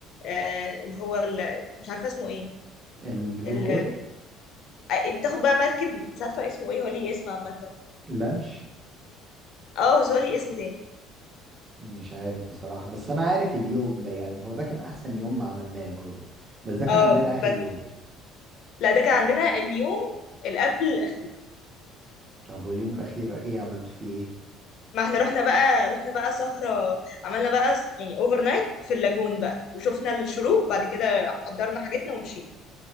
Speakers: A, on the left; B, on the right.
A: آه اللي هو ال... مش عارفة اسمه ايه
B: البلو
A: ال...
B: هول
A: آه، بتاخد بقى مركب مش عارفة اسمه ايه هو ليه اسم عامة
B: لانش
A: اه بس هو ليه اسم تاني
B: مش عارف بصراحة بس انا عارف اليوم ده يعني هو ده كان احسن يوم ما عملناه برضو بس ده كان
A: اه
B: عندنا اخر
A: بس
B: يوم
A: لا ده كان عندنا اليوم اللي قبل الأخير
B: طب واليوم الاخير ايه عملتوا فيه ايه
A: ما احنا رحنا بقى رحنا بقى سهرة عملنا بقى س- يعني اوفر نايت في اللاجون بقى وشفنا الشروق بعد كده حضرنا حاجتنا ومشينا